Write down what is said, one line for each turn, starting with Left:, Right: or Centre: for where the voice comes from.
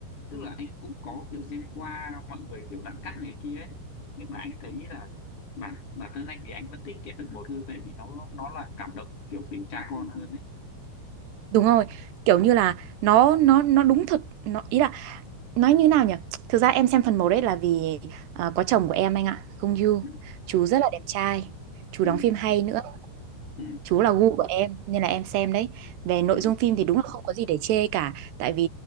Left: tức là anh cũng có kiểu xem qua mọi người kiểu đoạn cắt này kia ấy nhưng mà anh thấy là bản bản thân anh thì anh vẫn thích cái phần một hơn tại vì nó nó là cảm động kiểu tình cha con hơn ấy
Right: đúng rồi kiểu như là nó nó nó đúng thật nó ý là nói như nào nhỉ thực ra em xem phần một đấy là vì ờ, có chồng của em anh ạ Không Yoo
Left: ừ,
Right: chú rất là đẹp trai chú
Left: ừ,
Right: đóng phim hay nữa
Left: ừ,
Right: chú là gu của em nên là em xem đấy về nội
Left: ừ. ừ,
Right: dung phim thì đúng là không có gì để chê cả tại vì